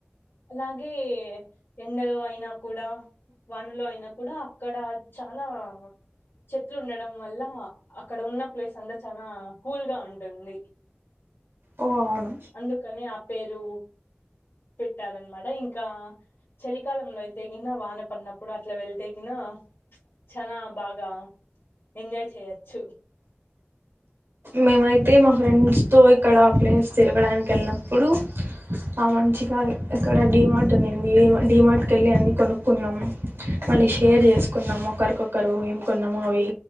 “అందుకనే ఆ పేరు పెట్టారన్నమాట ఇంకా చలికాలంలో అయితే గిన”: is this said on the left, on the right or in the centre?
Left